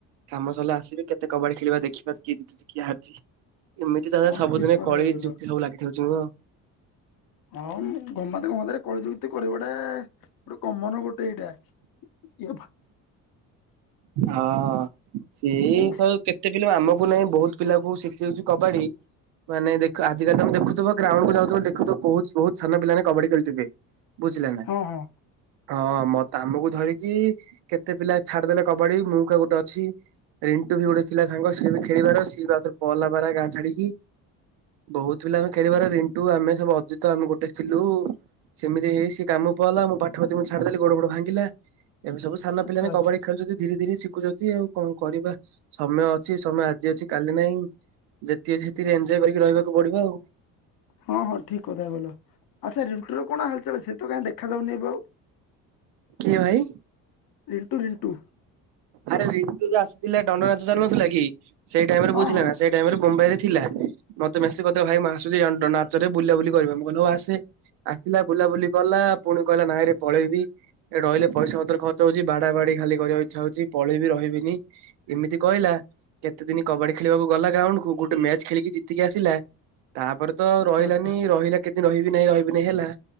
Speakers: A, on the right; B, on the left.
A: କାମ ସରିଲେ ଆସିବି କେତେ କବାଡି ଖେଳିବା ଦେଖିବା କିଏ ଜିତୁଛି କିଏ ହାରୁଛି। ଏମିତି ତାେରେ
B: ହଁ
A: ସବୁଦିନ
B: ଠିକ କଥା
A: କଳି
B: କହିଲ
A: ଯୁକ୍ତି ସବୁ ଲାଗିଥାଉଛି ମୁଁ।
B: ହଁ ଗମା ତ <unintelligible> ରେ କଳି ଯୁକ୍ତି କରିବାଟା ଗୋଟେ କମନ ଗୋ ସେଇଟା <unintelligible>
A: ହଁ ସେଇ
B: ଓ
A: ସବୁ କେ ଏତେ ପିଲା ଆମକୁ ନାହିଁ ବହୁତ ପିଲା କୁ ଶିଖିଉଛି କବାଡ଼ି। ମାନେ ଦେଖ ଆଜିକାଲି ତମେ ଦେଖୁଥିବ ଗ୍ରାଉଣ୍ଡ କୁ ଯାଉଥିବ ଦେଖୁଥିବ ବହୁତ ବହୁତ ସାନ ପିଲାମାନେ କବାଡି ଖେଳଥିବେ। ବୁଝିଲେ ନା
B: ହଁ ହଁ
A: ହଁ ମ ତ ଆମକୁ ଧରିକି କେତେ ପିଲା ଛାଡିଦେଲେ କବାଡି ମୌକା ଗୋଟେ ଅଛି। ରିଣ୍ଟୁ ବି ଗୋଟେ ଥିଲା ସାଙ୍ଗ ସିଏ ବି ଖେଳିବାର ସିଏଉଥରେ ପହଲା ପାର ଗାଁ ଛାଡିକି। ବହୁତ ପିଲା ଆମେ ଖେଳିବାର ରିଣ୍ଟୁ ଆମେ ସବୁ ଅଜିତ ଆମେ ଗୋଟେ ଥିଲୁ। ସେମିତି ହେଇ ସିଏ କାମ ପଲା ମୁଁ ପାଠ ପ ମୁଁ ଛାଡିଦେଲି ଗୋଡ ଗୋଡ ଭାଙ୍ଗିଲା ଏବେ ସବୁ ସାନ
B: ଆଚ୍ଛା
A: ପିଲା ନି
B: ଆଚ୍ଛା
A: କବର ଖେଳୁଛନ୍ତି ଧୀରେ ଧୀରେ ଶିଖୁଛନ୍ତି ଆଉ କଣ କରିବା ସମୟ ଅଛି ସମୟ ଆଜି ଅଛି କାଲି ନାହିଁ। ଯେତିକି ଅଛି ସେଥିରେ ଏଞ୍ଜୟ କରିକି ରହିବାକୁ ପଡିବ ଆଉ।
B: ହଁ ହଁ ଠିକ କଥା କହିଲ, ଆଚ୍ଛା ରିଣ୍ଟୁ ର କଣ ହାଲ୍ ଚାଲ୍ ସେ ତ କାହିଁ ଦେଖାଯାଉନି ଏବେ ଆଉ।
A: କିଏ ଭାଇ?
B: ରିଣ୍ଟୁ ରିଣ୍ଟୁ।
A: ଆରେ ରିଣ୍ଟୁ ଆସିଥିଲା ଦଣ୍ଡ ନାଚ ଚାଲନଥିଲା କି ସେଇ ଟାଇମ ରେ
B: ହଁ
A: ବୁଝିଲେ
B: ହଁ
A: ନା ସେ ଟାଇମ୍ ରେ ମୁମ୍ବାଇ ରେ ଥିଲା ମତେ ମେସେଜ କଥିଲା ଭାଇ ମୁ ଆସୁଚି ଦଣ୍ଡ ନାଚରେ ବୁଲା ବୁଲି କରିବା ମୁ କହିଲି ଆସେ। ଆସିଲା ବୁଲାବୁଲି କଲା ପୁଣି କହିଲା ନାଇଁରେ ପଳେଇବି। ଏଟ୍ ରହିଲେ ପଇସା ପତର ଖର୍ଚ୍ଚ ହଉଛି ବାଡା ବାଡି ଖାଲି କରିବାକୁ ଇଛା ହଉଛି ପଳେଇବି ରହିବିନି। ଏମିତି କହିଲା କେତେ ଦିନ କବାଡି ଖେଳିବାକୁ ଗଲା ଗ୍ରାଉଣ୍ଡ କୁ ଗୋଟେ ମ୍ୟାଚ ଖେଳିକି ଜିତିକି ଆସିଲା। ତାପରେ ତ
B: ଆଚ୍ଛା
A: ରହିଲାନି
B: ଆଚ୍ଛା
A: ରହିଲା କେତଦିନ ରହିବି ନାହିଁ ରହିବିନି ହେଲା।